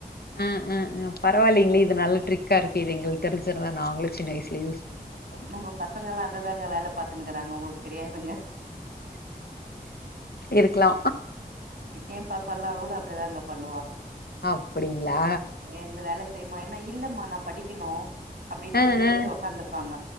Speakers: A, on the left; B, on the right.
A: அ ஆ ஹாங் பரவா இல்லிங்களே இது நல்ல ட்ரிக்கா இருக்கே இது எங்களுக்கு தெரிஞ்சிருந்தா நாங்களூ சின்ன வயிசுல யூஸ் அணிந்திருப்போ
B: நம்ம பசங்கல்லா அதுதாங்க வேல பாத்துன்னுஸகிறாங்க உங்களுக் தெரியாதுங்க
A: இருக்லா
B: என் பாப்ப எல்லார் கூட அப்டிதா தாங்க பண்ணுவா
A: அப்டிங்கிளா
B: ஏந்து வேல செய்யுமா ஏன்னா இல்லமா நா படிக்கணு அப்டின்ட்
A: ஆ
B: புக் எடுத்து
A: ஆ
B: ஒக்காந்துப்பாங்க